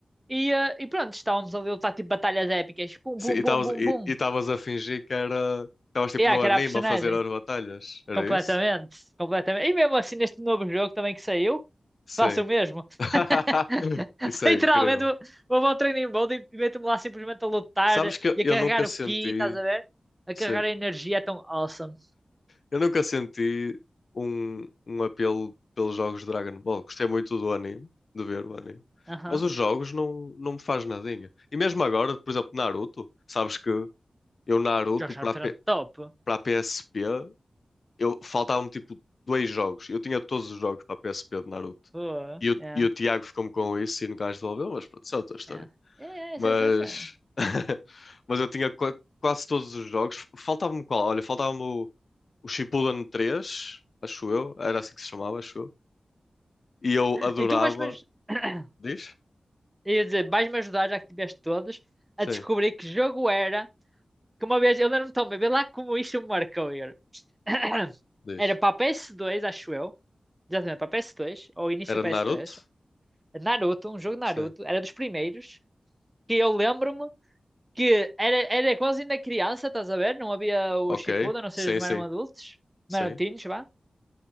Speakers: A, on the right; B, on the left.
A: e, eh, e pronto, estávamos ali a lutar tipo batalhas épicas. Pum,
B: Sim,
A: pum,
B: E estavas
A: pum, pum,
B: e-
A: pum.
B: e estavas a fingir que era. Estavas tipo
A: E ah,
B: no
A: que
B: anime
A: era a personagem.
B: a fazer as batalhas, era
A: Completamente,
B: isso?
A: completamente. E mesmo assim, neste novo jogo também que saiu,
B: Sim.
A: faço o mesmo.
B: <laughs>
A: <laughs>
B: Isso
A: Literalmente,
B: é incrível.
A: vou vou ao training mode e meto-me lá simplesmente a lutar
B: Sabes que
A: e a
B: eu
A: carregar
B: nunca
A: o
B: senti.
A: ki, estás a ver? A
B: Sim.
A: carregar a energia é tão awesome.
B: Eu nunca senti um, um apelo pelos jogos de Dragon Ball. Gostei muito do anime, de ver o anime.
A: Aham.
B: Mas os jogos não, não me faz nadinha. E mesmo agora, por exemplo, Naruto, sabes que eu Naruto
A: Jogos de
B: para
A: Naruto
B: a P-
A: eram top.
B: para a PSP eu faltavam-me tipo dois jogos. Eu tinha todos os jogos para a PSP de Naruto.
A: Pô,
B: E, o
A: é,
B: e o Tiago ficou-me com isso e nunca mais devolveu, mas pronto, isso é outra história.
A: é. É,
B: Mas,
A: é, é, é, é.
B: <laughs> mas eu tinha qua- quase todos os jogos. Faltava-me qual? Olha, faltava-me o, o Shippuden 3 acho eu. Era assim que se chamava, acho eu. E eu adorava.
A: Então, mas, mas <coughs>
B: Diz?
A: Eu ia dizer, vais-me ajudar, já que tiveste todos,
B: Sim,
A: a descobrir que jogo era. Que uma vez, eu lembro-me tão bem, vê lá como isto me marcou. Igor. <coughs> <clears throat>
B: diz.
A: Era para PS2, acho eu. Exatamente, para PS2, ou início
B: Era
A: PS3.
B: de Naruto?
A: Naruto, um jogo de
B: Sim.
A: Naruto, era dos primeiros. Que eu lembro-me que era, era quase ainda criança, estás a ver? Não havia o
B: Ok.
A: Shippuden, ou seja,
B: Sim,
A: não
B: sim.
A: eram adultos,
B: Sim.
A: não eram teens, vá.